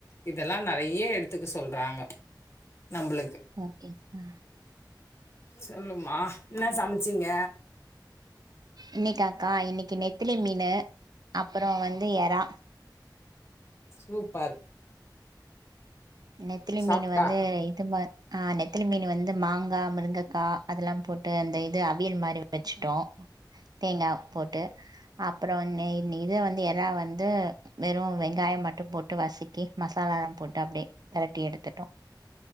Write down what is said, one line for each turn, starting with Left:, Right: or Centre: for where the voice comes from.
Left: இதெல்லா நறைய எடுத்துக்க சொல்றாங்க நம்ளுக்கு
Right: ஓகேக்கா
Left: சொல்லுமா என்ன சம்ச்சீங்க
Right: இன்னைக்காக்கா இன்னக்கி நெத்திலி மீனு அப்பறோ வந்து எறா
Left: சூப்பர்
Right: நெத்திலி
Left: சாப்ட்டா
Right: மீனு வந்து இதுமா ஆ நெத்தலி மீனு வந்து மாங்கா முருங்கக்கா அதல்லா போட்டு அந்த இது அவியல் மாரி வச்சுட்டோ தேங்கா போட்டு அப்றோ ஒன்னு என்னி இத வந்து எறா வந்து வெறு வெங்காயோ மட்டு போட்டு வசக்கி மசாலாலா போட்டு அப்டியே பெரட்டி எடுத்துட்டோ